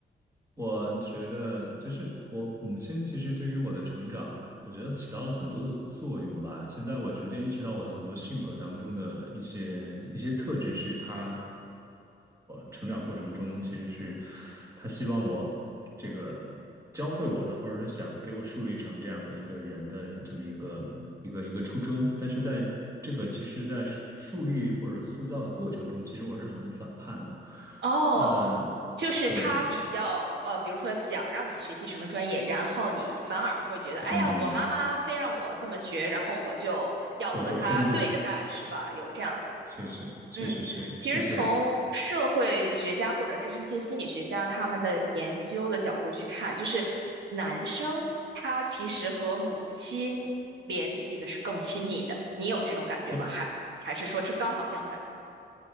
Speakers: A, on the right (about 15°); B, on the right (about 75°).
A: 我觉得就是我母亲其实对于我的成长，我觉得起到了很多的作用吧。现在我逐渐意识到，我的很多性格当中的一些一些特质是他。成长过程中，其实是他希望我这个教会我的，或者是想给我树立成这样的一个人的这么一个一个一个初衷。但是在这个其实，在树树立或者塑造的过程中，其实我是很反叛的。
B: 哦，
A: 呃，
B: 就是他比较呃，
A: 对，
B: 比如说想让你学习什么专业，然后你反而会觉得，哎呀，
A: 嗯，
B: 我妈妈非让我这么学，然后我就要和她对着干，
A: 我就偏不，
B: 是吧？有这样的，
A: 确实确实是是这样。
B: 嗯，其实从社会学家或者是一些心理学家他们的研究的角度去看，就是男生他其实和母亲联系的是更亲密的，你有这种感觉吗？
A: 哦，
B: 还还是说这刚好相反？